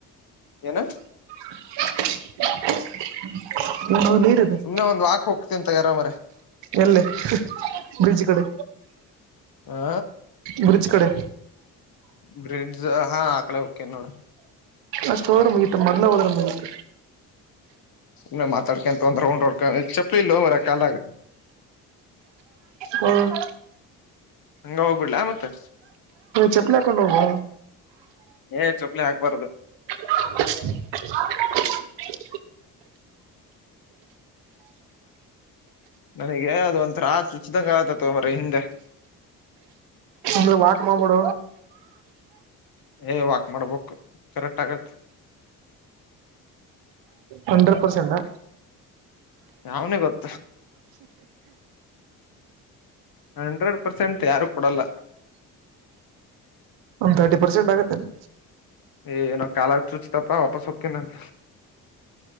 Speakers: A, on the left (about 50°); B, on the right (about 70°).
A: ಏನ
B: <unintelligible> ಏನೋ ನೀರಿದೆ
A: ಸುಮ್ನೆ ಒಂದ್ ವಾಕ್ ಹೋಗ್ತಿ ಅಂತ ಯಾರ ಮ್ರ
B: ಎಲ್ಲೆ ಬ್ರಿಡ್ಜ್ ಕಡೆ
A: ಆ
B: ಬ್ರಿಡ್ಜ್ ಕಡೆ
A: ಬ್ರಿಡ್ಜ್ ಹಾ ಆ ಕಡೆ ಹಕೇ ನೋಡ
B: ಅಷ್ಟು ಹೋದ್ರೆ ಮುಗಿಯತ ಮೊದ್ಲು ಹೋದ್ರೆ ಮುಗಿಯತ
A: ಇೆ ಮಾತಾಡ್ಕಂತ ಒಂದ ರೌಂಡ್ಡ್ಕ ಚಪ್ಪಲಿ ಇಲ್ಲ ಮರ ಕಾಲಾಗ
B: ಹ್ಮ್
A: ಹಂಗ ಹೋಗ್ಬಿಡ್ಲ ಮತ್ತೆ
B: ಚಪ್ಪಲಿ ಹಾಕೊಂಡ್ ಹೋಗುವ
A: ಏ ಚ ಹಾಕ್ಬಾರ್ದು
B: <unintelligible>
A: ನನಗೆ ಯ್ದ ಒಂತ ರಾತ್ರಿ ಚಿದಂಗ ಆತ ತೊ ಮರ ಹಿಂದೆ
B: ನ ವಾಕಮ ಬಿಡ
A: ಏ ವಾಕ್ ಮಾಡ್ಬೇಕು ಕರೆಕ್ಟ್ ಆಗತ್ತೆ
B: ಹಂಡ್ರೆಡ್ ಪರ್ಸೆಂಟ್ಾ
A: ಯಾವನ ಗೊತ್ತು ಹಂಡ್ರೆಡ್ ಪರ್ಸೆಂಟ್ ಯಾರು ಕೊಡಲ್ಲ
B: ಒಂದು್ ತರ್ಟಿ ಪರ್ಸೆಂಟ್ ಆಗುತ್ತೆನೆ
A: ಏ ಏನೋ ಕಾಲ ಚೂಚ ತಪ್ಪ ಒಪ ಸಕೆ ನನ್